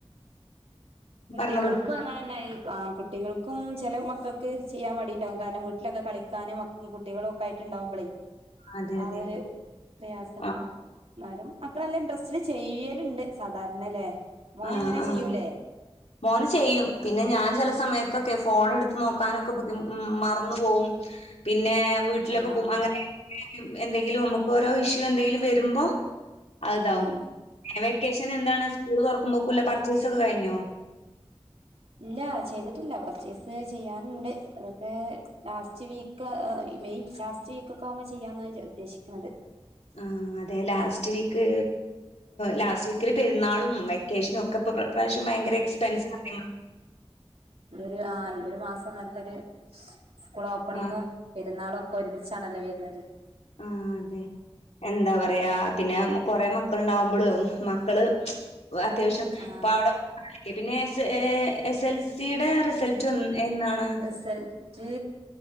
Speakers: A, on the right; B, on the left.
A: കുട്ടികൾക്കും
B: പറഞ്ഞോളൂ.
A: അങ്ങനായിരിക്കും ആഹ്‌ കു ട്ടികൾക്കും ചെല മക്കക്ക് ചെയ്യാൻ മടിണ്ടാവും കാരണം വീട്ടിലൊക്കെ കളിക്കാന് മ കുട്ടികളും ഒക്കെ ആയിട്ട്ണ്ടാവുമ്പളേ
B: അതെ
A: ആ
B: അതെ
A: ഒര് പ്രയാസണ്ടാവും
B: ആഹ്
A: ന്നാലും മക്കള് നല്ല ഇൻഡ്രസ്റ്റില് ചെയ്യല്ണ്ട് സാധാരണലേ മോനെങ്ങനേ
B: ആഹ് ആഹ്
A: ചെയ്യൂലേ
B: മോന് ചെയ്യും പിന്നെ ഞാൻ ചെല സമയത്തൊക്കെ ഫോണ് ട്ത്ത് നോക്കാനൊക്കെ ബുദ്ധി മറന്നു പോവും പിന്നേ വീട്ടിലൊക്കെ
A: ആഹ്
B: പോവുമ്പോ അങ്ങനത്തെ എന്തെങ്കിലും അമുക്ക് ഓരോ ഇഷ്യൂ എന്തെങ്കിലും വരുമ്പോ അത് താവും
A: ആഹ്
B: വെക്കേഷന് എന്താണ് സ്കൂള് തൊറക്കുമ്പോക്ക്ല്ല പർച്ചേസൊക്കെ കഴിഞ്ഞോ
A: ഇല്ലാ ചെയ്തിട്ടില്ല പർച്ചേസ് ചിയ്യാനുണ്ട് അതൊക്കേ ലാസ്റ്റ് വീ ക്കാ ഈ മെയ് ലാസ്റ്റ് വീക്കൊക്കെ ആവുമ്പോ ചിയ്യാന്നാ വി ഉദ്ദേശിക്ക്ണത്
B: ആഹ് അതെ ലാസ്റ്റ് വീക്ക് ലാസ്റ്റ് വീക്കില് പെര്ന്നാളും വെക്കേഷനും ഒക്കെ ഇപ്പോ ഇപ്രാവശ്യം ഭയങ്കര എക്സ്പെൻസ് ആയിരുന്നു <unintelligible>
A: ഇത് ആഹ്‌ ഒരു മാസം നല്ലൊരു സ്കൂൾ ഓപ്പണിങ്ങും
B: ആഹ്
A: പെരുന്നാളൊ ഒക്കൊരുമിച്ചാണല്ലോ വര്ന്നത്
B: ആഹ് അതെ എന്താ പറയാ പിന്നേ കൊറേ മക്കള്ണ്ടാവുമ്പളും മക്കള് വ അത്യാവശ്യം
A: ആ
B: ഇപ്പൊ അവ്ടം പിന്നെ എസ് ഏ എസ്എൽസിടെ റിസൾട്ട് എൻ എന്നാണ്
A: റിസൾറ്റ്